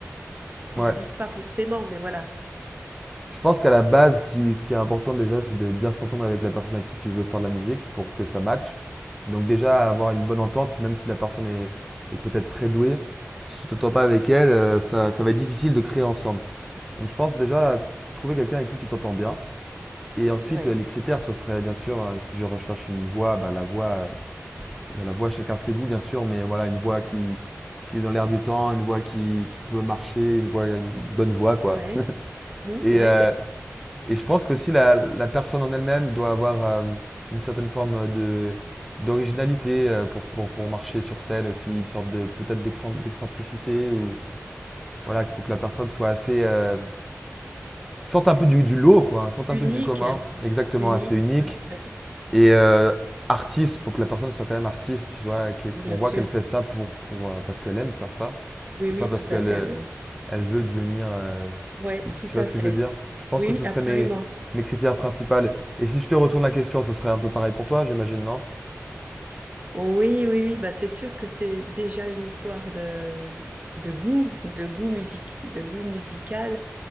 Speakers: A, on the right; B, in the centre.
A: ils
B: Ouais.
A: se disent pas forcément, mais voilà.
B: Je pense qu'à la base, ce qui, ce qui est important déjà, c'est de bien s'entendre avec la personne à qui tu veux faire de la musique pour que ça matche. Donc déjà, avoir une bonne entente, même si la personne est, est peut-être très douée, si tu t'entends pas avec elle, euh, ça, ça va être difficile de créer ensemble. Donc je pense déjà trouver quelqu'un avec qui tu t'entends bien. Et ensuite,
A: Ouais,
B: euh, les critères, ce serait bien sûr, euh, si je recherche une voix, bah, la voix, euh, la voix, chacun ses goûts, bien sûr, mais voilà, une voix qui, qui est dans l'air du temps, une voix qui, qui peut marcher, une voix, une bonne voix, quoi.
A: ouais. Hum,
B: Et,
A: ouais.
B: euh, Et je pense qu'aussi la, la personne en elle-même doit avoir euh, une certaine forme de d'originalité euh, pour, pour, pour marcher sur scène aussi, une sorte de peut-être d'excen- d'excentricité ou voilà, qu'il faut que la personne soit assez euh, sorte un peu du, du lot quoi,
A: <laughs>
B: hein, sorte
A: Unique,
B: un peu du commun, exactement
A: unique,
B: assez unique
A: ouais, ouais.
B: et euh, artiste, faut que la personne soit quand même artiste, tu vois, qu'elle-
A: Bien
B: qu'on voit
A: sûr.
B: qu'elle fait ça pour pour euh, parce qu'elle aime faire ça
A: Oui,
B: et
A: oui,
B: pas parce
A: tout
B: qu'elle
A: à fait,
B: euh,
A: ouais, ouais.
B: elle veut devenir. euh,
A: Ouais,
B: tu
A: tout
B: vois
A: à
B: ce
A: fait.
B: que je veux dire? Je pense
A: Oui,
B: que ce
A: absolument.
B: serait mes, mes critères principaux. Et si je te retourne la question, ce serait un peu pareil pour toi, j'imagine, non?
A: Oui, oui, oui, bah c'est sûr que c'est déjà une histoire de, de goût, de goût musique, de goût musical,